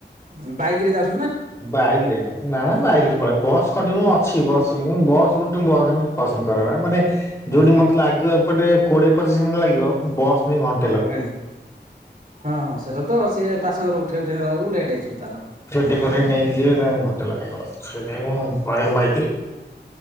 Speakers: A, on the right; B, on the left.
A: ଉଁ ବାଇକ୍ ରେ ଯାଉସ୍
B: ବାଇକ୍ ରେ। ନା ନା ବାଇକ୍ ରେ ପଳାଏ ବସ୍ କଣ୍ଟିନ୍ୟୁ ଅଛି ବସ୍ ମୁଁ ବସ୍ ରୁ <unintelligible> ଯିବାକୁ ପସନ୍ଦ କରେନା ମାନେ ଯୋଉଠି
A: ଆଜ୍ଞା
B: ମତେ ଲାଗିବ ଏପଟେ କୋଡିଏ ପଚିଶ୍ ମିନିଟ୍ ଲାଗିବ ବସ୍ ନେଇ ଘଣ୍ଟ୍
A: ଆଜ୍ଞା ହଁ-ହଁ ସେଇଟା ତ ସିଏ ପାସେଞ୍ଜର୍ ଉଠେଇ ଉଠେଇ ନେଲା ବେଳୁ ଲେଟ୍ ହେଇଯିବ ତାର।
B: ଟେ କରି ନେଇକି ଯାଏ <unintelligible> ସେଇଟା ମୁଁ ପଳେଇବି ବାଇକ୍ ରେ